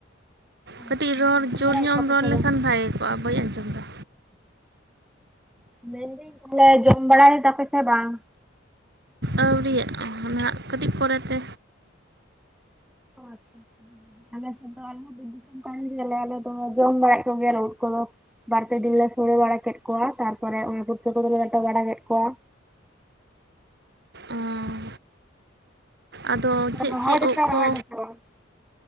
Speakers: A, in the centre; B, on the right.
A: ᱟᱪᱪᱷᱟ
B: ᱠᱟᱹᱴᱤᱡ ᱨᱚᱲ
A: ᱡᱚᱢ
B: ᱡᱳᱨ
A: ᱵᱟᱲᱟᱭᱮᱫ
B: ᱧᱚᱜ
A: ᱠᱚᱣᱟ
B: ᱮᱢ
A: ᱯᱮ
B: ᱨᱚᱲ
A: ᱥᱮ
B: ᱞᱮᱠᱷᱟᱱ
A: ᱵᱟᱝ?
B: ᱵᱷᱟᱜᱮ ᱠᱚᱜ-ᱟ ᱵᱟᱹᱧ ᱟᱸᱡᱚᱢ ᱮᱫᱟ᱾
A: ᱢᱮᱱᱫᱟᱹᱧ ᱵᱚᱞᱮ ᱡᱚᱢ ᱵᱟᱲᱟ ᱮᱫᱟᱯᱮ ᱥᱮ ᱵᱟᱝ?
B: ᱟᱹᱣᱨᱤᱭᱟᱜ-ᱟ ᱚᱱᱮ ᱦᱟᱜ ᱠᱟᱹᱴᱤᱡ ᱯᱚᱨᱮᱛᱮ᱾
A: ᱚ ᱟᱪᱪᱷᱟ ᱟᱞᱮᱥᱮᱫ ᱫᱚ ᱟᱨᱦᱚᱸ ᱵᱤᱨ ᱫᱤᱥᱚᱢ ᱠᱟᱱ ᱜᱮᱭᱟᱞᱮ ᱟᱞᱮ ᱫᱚ ᱡᱚᱢ ᱵᱟᱲᱟᱭᱮᱫ ᱠᱚ ᱜᱮᱭᱟ ᱞᱮ ᱩᱫ ᱠᱚᱫᱚ᱾ ᱵᱟᱨ ᱯᱮ ᱫᱤᱱ ᱞᱮ ᱥᱳᱲᱮ ᱵᱟᱲᱟ ᱠᱮᱫ ᱠᱚᱣᱟ ᱛᱟᱨᱯᱚᱨᱮ ᱚᱱ ᱠᱚᱫᱚ ᱞᱮ ᱞᱮᱴᱚ ᱵᱟᱲᱟᱭᱮᱫ ᱠᱚᱣᱟ᱾
B: ᱚᱸ ᱟᱫᱚ ᱪᱮᱫ
A: ᱨᱚᱦᱚᱭ
B: ᱪᱮᱫ
A: ᱫᱟᱯᱮ
B: ᱩᱵ
A: ᱨᱚᱦᱚᱭ
B: ᱠᱚ?
A: ᱫᱟᱯᱮ ᱵᱟᱝ?